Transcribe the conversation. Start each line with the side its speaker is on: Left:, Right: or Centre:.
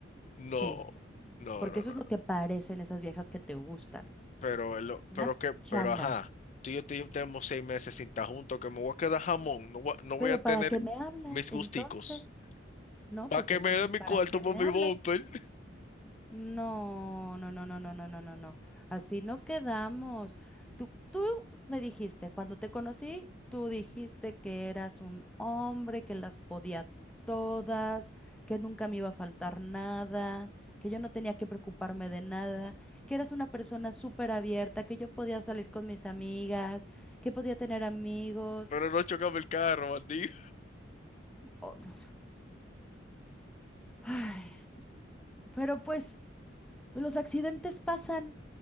Left: No,
Centre: Sí,
Left: no,
Centre: porque
Left: no,
Centre: eso
Left: no.
Centre: es lo que parecen esas viejas que te gustan.
Left: Pero, el-
Centre: Unas
Left: pero que,
Centre: changas.
Left: pero ajá, tú y yo te- tenemos seis meses sin estar juntos, que me voy a quedar jamón, no voy, a no
Centre: Pero
Left: voy a tener
Centre: ¿para qué me hablas
Left: mis gusticos.
Centre: entonces? No,
Left: Para
Centre: pues
Left: que
Centre: pues,
Left: me
Centre: entonces,
Left: dé mi
Centre: ¿para
Left: cuarto
Centre: qué
Left: por
Centre: me
Left: mi
Centre: hablas?
Left: bumper, <laughs>
Centre: No, no, no, no, no, no, no, no, no. Así no quedamos. Tú, tú me dijiste, cuando te conocí, tú dijiste que eras un hombre, que las podía todas, que nunca me iba a faltar nada, que yo no tenía que preocuparme de nada, que eras una persona súper abierta, que yo podía salir con mis amigas, que podía tener amigos.
Left: pero no chocame el carro, bandido.
Centre: Oh, no. Ay, pero pues los accidentes pasan.